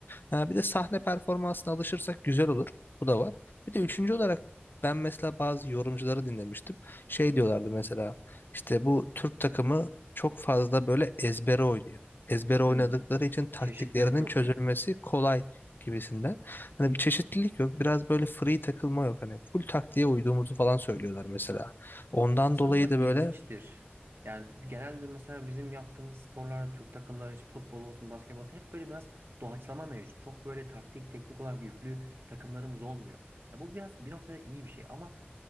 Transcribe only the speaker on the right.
Hmm.
Çeşitlilik yok
diyorsun.
Aslında
bu da
ilginçtir.
Yani genelde mesela bizim yaptığımız sporlarda Türk takımları işte futbol olsun, basketbol olsun hep böyle biraz doğaçlama mevcut. Çok böyle taktik, teknik olarak yüklü takımlarımız olmuyor. Ya bu biraz bir noktada iyi bir şey ama